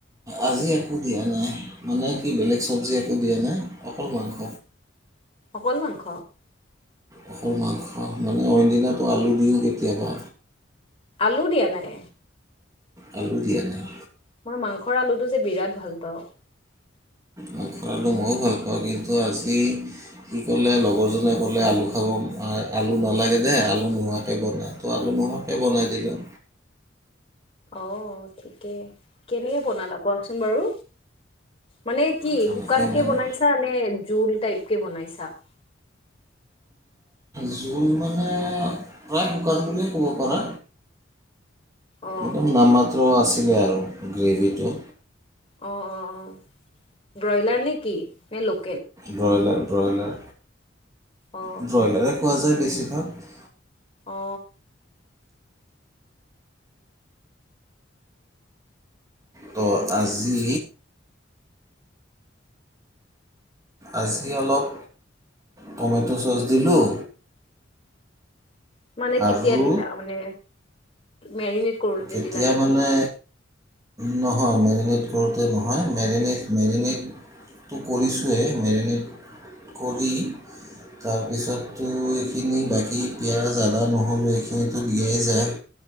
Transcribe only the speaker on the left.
অকল মাংস?
আলু দিয়া নাই?
মই মাংসৰ আলুটো যে বিৰাট ভাল পাওঁ।
অ ঠিকে, কেনেকে বনালা কোৱাচোন বাৰু? মানে কি
শুকান কে
বনাইছা নে জোল টাইপ কে বনাইছা? <inaudible>
অ
অ অ অ ব্ৰইলাৰ নে কি? নে ল
অ
অ।
মানে
কেতিয়া দিলা মানে? মেৰিনেট কৰোতে
দিলা নেকি